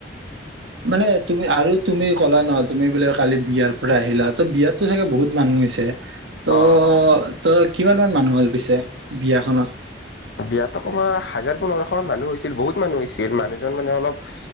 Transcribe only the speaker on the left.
অ'
বিয়াতকমাৰ হাজাৰ পোন্ধৰশ মানুহ হৈছিল বহুত মানুহ হৈছিল মানুহজন মানে অলপ